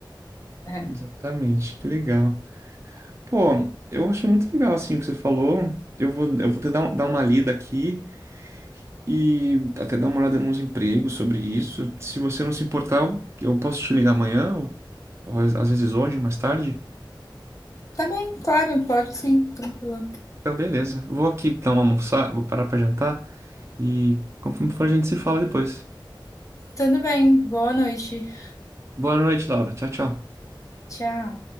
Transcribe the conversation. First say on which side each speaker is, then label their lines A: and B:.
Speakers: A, on the left; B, on the right.
A: É.
B: Exatamente. Que legal. Pô, eu achei muito legal assim o que você falou. Eu vou eu vou te dar, um- dar uma lida aqui. e até dar uma olhada nos empregos sobre isso. Se você não se importar, eu eu posso te ligar amanhã, ou, ou às às vezes hoje, mais tarde.
A: Tá bem, claro, pode sim, tranquilo.
B: Então, beleza. Vou aqui dar uma almoçada, vou parar pra jantar e conforme for a gente se fala depois.
A: Tudo bem, boa noite.
B: Boa noite, Laura. Tchau, tchau.
A: Tchau.